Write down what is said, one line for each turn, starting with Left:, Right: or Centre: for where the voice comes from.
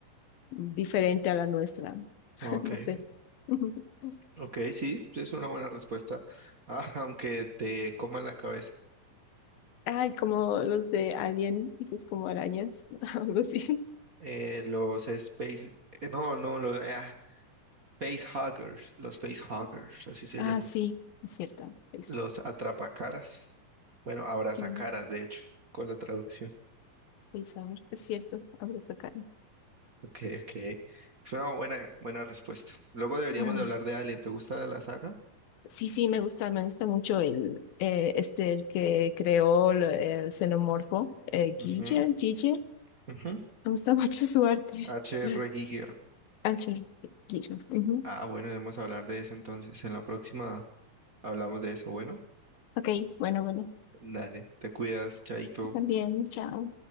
Left: diferente a la nuestra. <laughs>
Right: Ah, Ok,
Left: No sé. <laughs>
Right: ok, sí, sí es una buena respuesta. Ah, <laughs> aunque te coman la cabeza.
Left: Ay, como los de Alien, dices como arañas, <laughs> algo así.
Right: Eh, los space, eh, no, no, los ah, facehuggers, los facehuggers, así se
Left: Ah,
Right: llaman.
Left: sí, es cierto. Face
Right: Los atrapacaras. Bueno, abrazacaras,
Left: Sí,
Right: de hecho, con la traducción.
Left: face es cierto. Abro esa cara.
Right: Ok, ok. Fue una buena, buena respuesta. Luego deberíamos
Left: <laughs>
Right: de hablar de Alien. ¿Te gusta la saga?
Left: Sí, sí, me gusta, me gusta mucho el, eh, este, el que creó el, el xenomorfo, eh,
Right: Ujú,
Left: Guille, Guille,
Right: ujú.
Left: me gusta <laughs> mucho su arte.
Right: H.R.
Left: <laughs>
Right: Giger.
Left: Ah, sí, Guille. ujú.
Right: Ah, bueno, debemos hablar de eso entonces. En la próxima hablamos de eso. Bueno,
Left: Ok, bueno, bueno,
Right: dale, te cuidas, chaito.
Left: también, chao.